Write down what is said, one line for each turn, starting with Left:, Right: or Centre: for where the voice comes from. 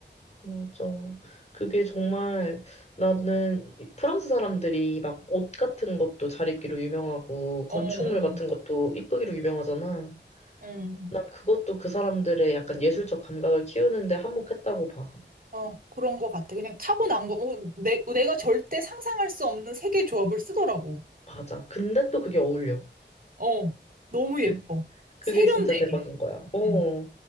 Left: 맞아. 그게 정말 나는 이- 프랑스 사람들이 막 옷 같은 것도 잘 입기로 유명하고 건축물
Right: 어 어.
Left: 같은 것도 이쁘기로 유명하잖아.
Right: 음.
Left: 난 그것도 그 사람들의 약간 예술적 감각을 키우는데 한몫했다고 봐.
Right: 어, 그런 것 같아. 그냥 타고난 거, 어, 내, 내가 절대 상상할 수 없는 세계 조합을 쓰더라고.
Left: 맞아. 근데 또 그게 어울려.
Right: 어, 너무 예뻐.
Left: 그, 그게
Right: 세련되게.
Left: 진짜 대박인 거야. 어.
Right: 음.